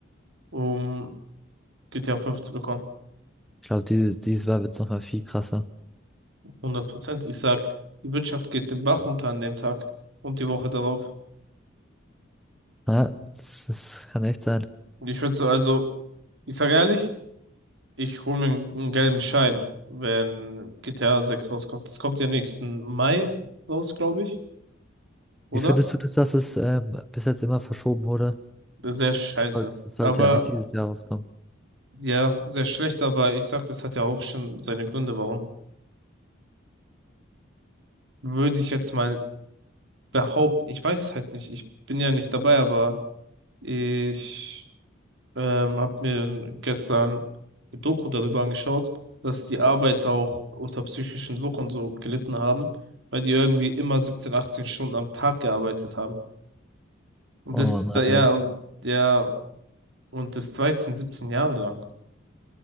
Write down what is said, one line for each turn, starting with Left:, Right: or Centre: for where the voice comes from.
Right: um GTA 5 zu bekommen.
Centre: Ich glaube, dieses, dieses Mal wird es nochmal viel krasser.
Right: hundert Prozent. Ich sag, die Wirtschaft geht den Bach runter an dem Tag und die Woche darauf.
Centre: Ja, das, das kann echt sein.
Right: Ich würde so, also, ich sage ehrlich, Ich hole mir einen einen gelben Schein, wenn GTA 6 rauskommt. Das kommt ja nächsten Mai raus, glaube ich, oder?
Centre: Wie findest du das, dass es ähm, bis jetzt immer verschoben wurde?
Right: Sehr
Centre: Es
Right: scheiße.
Centre: sollte, es sollte
Right: Aber
Centre: ja nicht dieses Jahr rauskommen.
Right: Mhm. ja, sehr schlecht, aber ich sag, das hat ja auch schon seine Gründe, warum. Würde ich jetzt mal behaupten, ich weiß es halt nicht, ich bin ja nicht dabei, aber ich ähm, habe mir gestern eine Doku darüber angeschaut, dass die Arbeiter auch unter psychischen Druck und so gelitten haben, weil die irgendwie immer 17, 18 Stunden am Tag gearbeitet haben. Und
Centre: Oh
Right: das,
Centre: nein.
Right: ja, und, ja, und das 13, 17 Jahre lang.